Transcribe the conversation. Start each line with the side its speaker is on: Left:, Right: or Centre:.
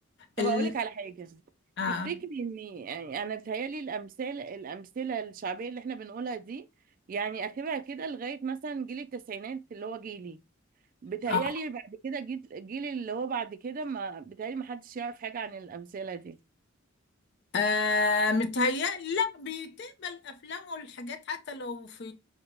Right: طب
Left: ال...
Right: هقول لك على حاجه
Left: آه.
Right: تفتكري ان يعني انا بتهيالي الامثال الامثله الشعبيه اللي احنا بنقولها دي يعني اخرها كده لغايه مثلا جيل التسعينات اللي هو جيلي بتهيالي
Left: آه.
Right: بعد كده جيل جيل اللي هو بعد كده ما بتهيالي ما حدش يعرف حاجه عن الامثله دي
Left: آه متهيألي لا بتقبل أفلام والحاجات حتى لو في